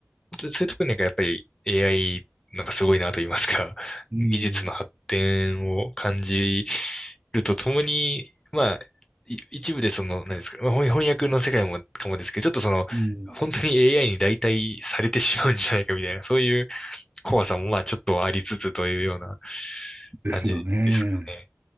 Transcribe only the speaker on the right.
うん、
うん、
ですよね。